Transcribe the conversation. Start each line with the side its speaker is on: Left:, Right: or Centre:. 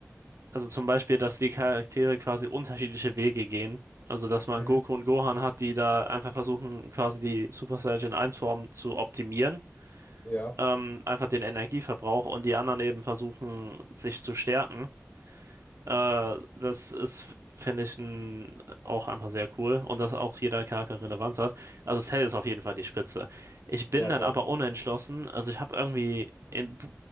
Right: also zum Beispiel, dass die Charaktere quasi unterschiedliche Wege gehen. Also, dass man
Left: Mhm.
Right: Goku und Gohan hat, die da einfach versuchen, quasi die Super Saiyan eins form zu optimieren.
Left: Ja,
Right: Ähm, einfach den Energieverbrauch und die anderen eben versuchen, sich zu stärken. Äh, das ist, finde ich, n- auch einfach sehr cool und dass auch jeder Charakter Relevanz hat. Also Cell ist auf jeden Fall die Spitze. Ich bin
Left: ja
Right: dann
Left: klar.
Right: aber unentschlossen. Also ich habe irgendwie, in,